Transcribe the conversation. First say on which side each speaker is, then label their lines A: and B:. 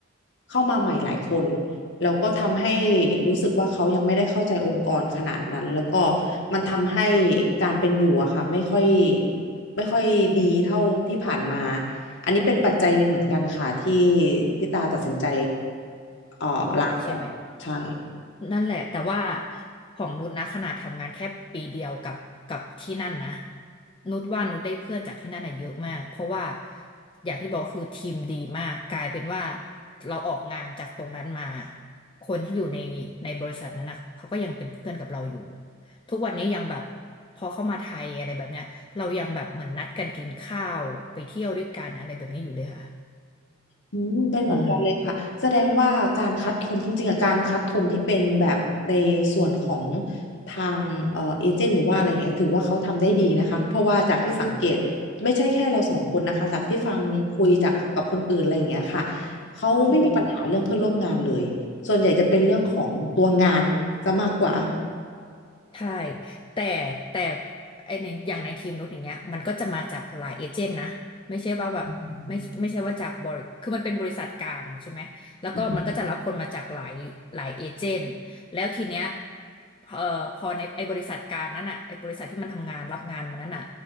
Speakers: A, on the left (about 60°); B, on the left (about 25°).
A: เข้ามาใหม่หลายคน แล้วก็ทำให้รู้สึกว่าเขายังไม่ได้เข้าใจองค์กรขนาดนั้นแล้วก็มันทำให้การเป็นอยู่อะค่ะไม่ค่อยไม่ค่อยดีเท่าที่ผ่านมาอันนี้เป็นปัจจัยหนึ่งเหมือนกันค่ะที่ที่ตาตัดสินใจเอ่อลาออกใช่
B: ออกใช่ไหม นั่นแหละแต่ว่าของนุชนะขนาดทำงานแค่ปีเดียวกับกับที่นั่นนะนุชว่านุชได้เพื่อนจากที่นั่นอะเยอะมากเพราะว่าอย่างที่บอกคือทีมดีมากกลายเป็นว่าเราออกงานจากตรงนั้นมาคนที่อยู่ในในบริษัทนั้นนะเขาก็ยังเป็นเพื่อนกับเราอยู่ทุกวันนี้ยังแบบพอเข้ามาไทยอะไรแบบเนี้ยเรายังแบบเหมือนนัดกันกินข้าวไปเที่ยวด้วยกันอะไรแบบนี้อยู่เลยค่ะ
A: อืมเป็นเหมือนกันเลยค่ะแสดงว่าการคัดคนจริงๆอะการคัดคนที่เป็นแบบในส่วนของ
B: อืม
A: ทางเอ่อเอเจนต์หรือว่าอะไรอย่างเงี้ยถือว่าเขาทำได้ดีนะคะเพราะว่าจากที่สังเกตไม่ใช่แค่เราสองคนนะคะจากที่ฟังคุยจากกับคนอื่นอะไรอย่างเงี้ยค่ะเขาไม่มีปัญหาเรื่องเพื่อนร่วมงานเลยส่วนใหญ่จะเป็นเรื่องของตัวงานจะมากกว่า
B: อืม ใช่แต่แต่ไอในอย่างในทีมนุชอย่างเงี้ยมันก็จะมาจากหลายเอเจนต์นะไม่ใช่ว่าแบบไม่ไม่ใช่ว่าจากบริคือมันเป็นบริษัทกลางใช่ไหมแล้วก็มันก็จะรับคนมาจากหลายหลายเอเจนต์แล้วทีเนี้ย
A: อืมอืม
B: เอ่อพอในไอบริษัทกลางนั้นอ่ะไอบริษัทที่มันทำงานรับงานมานั้นอ่ะ